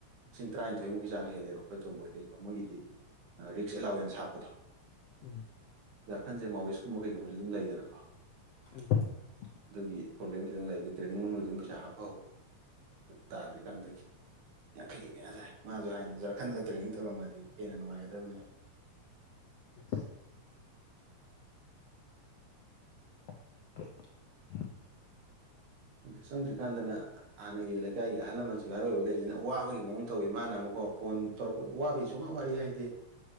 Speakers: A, on the right (about 80°); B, on the left (about 80°).
A: ꯂꯤꯁꯤꯡ ꯇꯔꯥꯅꯤꯊꯣꯏꯃꯨꯛꯀꯤ ꯆꯥꯡ ꯍꯦꯜꯂꯦꯕ ꯑꯩꯈꯣꯏ ꯇꯣꯝꯕꯣꯏꯗꯒꯤꯩꯀꯣ ꯃꯣꯏꯒꯤꯗꯤ ꯔꯤꯛꯁ ꯑꯦꯂꯥꯎꯋꯦꯟꯁ ꯍꯥꯞꯄꯗꯣ
B: ꯎꯝ
A: ꯖꯥꯔꯈꯟꯁꯦ ꯃꯥꯎꯋꯦꯁꯀꯨꯝꯕ ꯀꯩꯒꯨꯝꯕꯁꯦ ꯑꯗꯨꯝ ꯂꯩꯗꯅꯀꯣ
B: ꯎꯝ
A: ꯑꯗꯨꯒꯤ ꯄ꯭ꯔꯣꯕ꯭ꯂꯦꯝ ꯈꯤꯇꯪ ꯂꯩꯕ ꯇ꯭ꯔꯦꯅꯤꯡ ꯃꯅꯨꯡꯗ ꯑꯗꯨꯝ ꯄꯩꯁꯥ ꯍꯥꯞꯄꯍꯧ ꯇꯥꯗ꯭ꯔꯤꯀꯥꯟꯗꯒꯤ ꯌꯥꯡꯈꯩꯒꯤ ꯃꯌꯥꯝ ꯁꯥꯏ ꯃꯥꯁꯨ ꯍꯥꯏꯗꯤ ꯖꯔ ꯈꯟꯂꯒ ꯇ꯭ꯔꯦꯅꯤꯡ ꯇꯧꯔꯝꯃꯗꯤ ꯍꯦꯟꯅ ꯅꯨꯡꯉꯥꯏꯒꯗꯕꯅꯤ <unintelligible>
B: <unintelligible> <unintelligible>
A: ꯑ ꯆꯪꯗ꯭ꯔꯤꯀꯥꯟꯗꯅ ꯍꯥꯟꯅꯒꯤ ꯂꯩꯀꯥꯏꯒꯤ ꯑꯍꯜ ꯂꯃꯟ ꯁꯤꯚꯥꯏ ꯑꯣꯏꯕꯈꯩꯁꯤꯅ ꯑꯋꯥꯕꯒꯤ ꯃꯑꯣꯡ ꯇꯧꯋꯤ ꯃꯥꯅ ꯑꯃꯨꯛ ꯀ ꯐꯣꯟ ꯇꯧꯔꯛꯄ ꯋꯥꯕꯩ ꯁꯨꯡꯉꯥ ꯋꯥꯔꯤ ꯍꯥꯏꯗꯦ